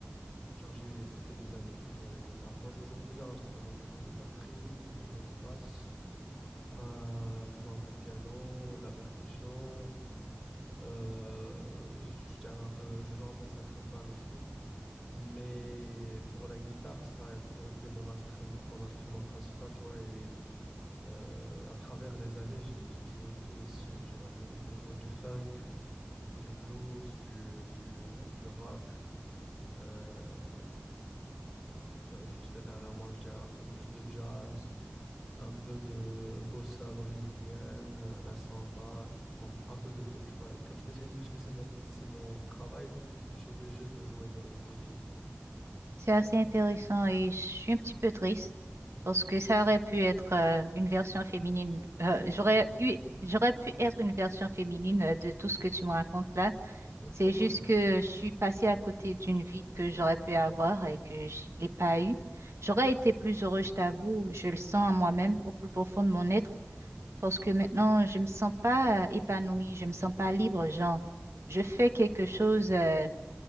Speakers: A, in the centre; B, on the right.
A: genre, j'ai, ça fait des années que je joue à la guitare. Moi, je joue plusieurs instruments. Je joue la batterie, je joue la basse, euh, je joue un peu de piano, la percussion, euh, je dirais un peu, je joue un peu de saxophone aussi. Mais pour la guitare, ça a toujours été mon instru- mon instrument principal, tu vois. Et euh, à travers les années, j'ai j'ai joué tous les styles, tu vois. J'ai j'ai joué du funk, du blues, du, du, euh, du rock, euh, euh, jusqu'à dernièrement, je dirais un peu plus de jazz, un peu de bossa brésilienne, euh, la samba. Bon, un peu de tout, tu vois. Comme je t'ai dit, puisque c'est mon, c'est mon travail, je suis obligé de jouer de, de tout.
B: C'est assez intéressant et je suis un petit peu triste parce que ça aurait pu être euh, une version féminine. euh, j'aurais eu, j'aurais pu être une version féminine euh, de tout ce que tu me racontes là.
A: Exactement,
B: C'est juste
A: exactement.
B: que je suis passée à côté d'une vie que j'aurais pu avoir et que je l'ai pas eue. J'aurais été plus heureuse, je t'avoue, je le sens en moi-même, au plus profond de mon être. Parce que maintenant, je me sens pas euh, épanouie, je me sens pas libre, genre, je fais quelque chose, euh,